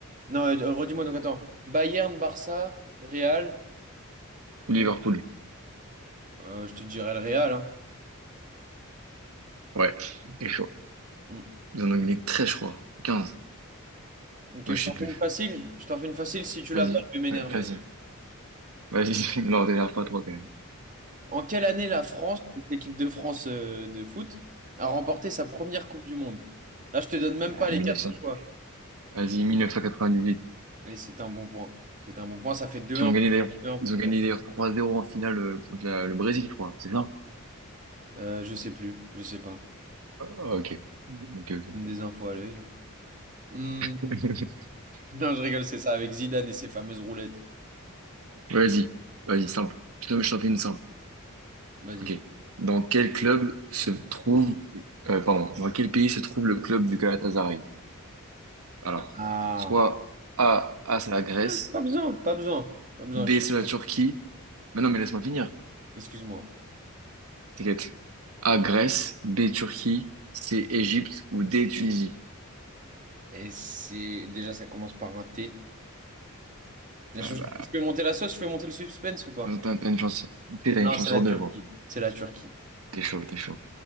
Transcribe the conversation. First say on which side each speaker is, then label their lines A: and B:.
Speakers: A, on the right; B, on the right.
A: Non, euh, redis-moi donc attends. Bayern, Barça, Real.
B: Ou
A: Ou
B: Liverpool.
A: euh, je te dirais le Real, hein.
B: Ouais, c'est chaud.
A: Mm.
B: Ils en ont gagné très je crois. quinze
A: Ok,
B: Moi,
A: je
B: je
A: t'en
B: sais plus.
A: fais une facile. Je t'en fais une facile. Si tu
B: Vas-y.
A: l'as pas, je vais m'énerver.
B: Ouais, Vas-y.
A: hein.
B: Vas-y. <laughs> Non, t'énerve pas trop quand même.
A: En quelle année la France, l'équipe de France euh, de foot, a remporté sa première Coupe du Monde? Là, je te donne même
B: Ah,
A: pas les
B: 1900.
A: quatre choix.
B: Vas-y, mille neuf cent quatre-vingt-dix-huit
A: Et c'est un bon point. C'est un bon point. Ça fait deux
B: Qui
A: un
B: ont
A: pour,
B: gagné d'ailleurs.
A: deux un pour
B: Ils ont
A: toi.
B: gagné d'ailleurs trois zéro en finale euh, contre la- le Brésil, je crois. C'est ça?
A: Euh, je sais plus. Je sais pas.
B: Ah, ok. Ok, ok.
A: Je Donne des infos à l'œil, là. Hmm.
B: <laughs>
A: Non, je rigole, c'est ça, avec Zidane et ses fameuses roulettes.
B: Vas-y. Vas-y, simple. Je t'en je t'en fais une simple.
A: Vas-y,
B: Ok.
A: fais.
B: Dans quel club se trouve, euh, pardon, dans quel pays se trouve le club du Galatasaray? Alors,
A: Ah.
B: soit A, A c'est la Grèce,
A: Non, Pas besoin, pas besoin. Pas besoin.
B: B
A: je-
B: c'est la Turquie. Mais non, mais laisse-moi finir.
A: Excuse-moi.
B: T'inquiète. A Grèce, B Turquie, C Égypte ou D Tunisie.
A: Et c'est. Déjà, ça commence par un T. Je
B: Ah
A: je peux monter la sauce, je peux monter le suspense ou pas?
B: bah, t'as t'as une chance, t'es- t'as
A: Non,
B: une chance
A: c'est
B: sur
A: la Turquie.
B: deux, gros.
A: C'est la Turquie.
B: T'es chaud, t'es chaud.